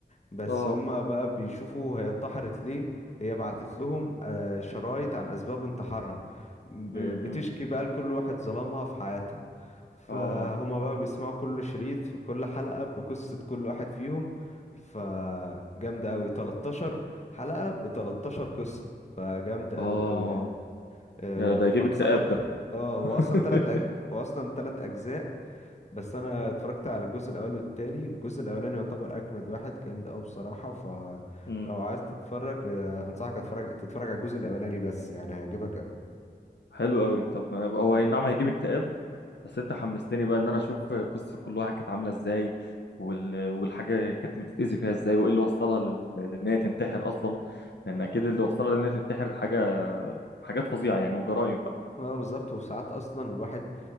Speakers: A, on the left (about 40°); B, on the left (about 80°).
A: بس
B: اه
A: هما بقى بيشوفوا هي انتحرت ليه هي بعتت لهم آه، شرايط عن اسباب انتحارها ب-
B: امم
A: بتشكي بقى لكل واحد ظلمها في حياتها فهما
B: اه
A: بقى بيسمعوا كل شريط في كل حلقة بقصة كل واحد فيهم فجامدة قوي 13 حلقة ب 13 قصة فجامدة
B: اه
A: قوي قوي يعني آه،
B: يا ده يجيب
A: فانصحك
B: اكتئاب ده <laughs>
A: اه هو اصلا تلات أج... هو اصلا تلات اجزاء بس انا اتفرجت على الجزء الاول والتاني الجزء الاولاني يعتبر اجمد واحد جامد قوي بصراحه فلو
B: امم
A: عايز تتفرج آه، انصحك اتفرج تتفرج على الجزء الاولاني بس يعني هيعجبك قوي
B: حلو قوي طب ما- هو اي نعم هيجيب اكتئاب بس انت حمستني بقى ان انا اشوف قصة كل واحد كانت عاملة ازاي وال... والحاجة كانت بتتأذي فيها ازاي وايه اللي وصلها لل... لان هي تنتحر اصلا لان اكيد اللي وصلها لان هي تنتحر حاجة حاجات فظيعة يعني وجرايم بقى
A: اه بالظبط وساعات اصلا الواحد